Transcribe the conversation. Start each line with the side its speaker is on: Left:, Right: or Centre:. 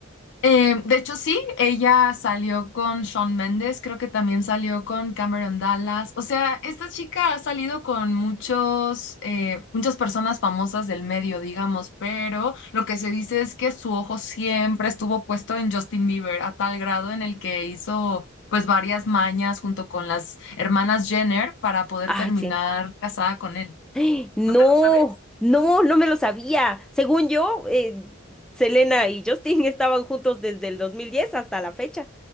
Left: Eh, de hecho, sí, ella salió con Shawn Mendes, creo que también salió con Cameron Dallas. O sea, esta chica ha salido con muchos, eh, muchas personas famosas del medio, digamos, pero lo que se dice es que su ojo siempre estuvo puesto en Justin Bieber, a tal grado en el que hizo pues varias mañas junto con las hermanas Jenner para poder
Centre: Ah,
Left: terminar
Centre: sí.
Left: casada con él.
Centre: <gasps> No,
Left: ¿No te lo sabes?
Centre: no, no me lo sabía. Según yo, eh, Selena y Justin <laughs> estaban juntos desde el 2010 hasta la fecha,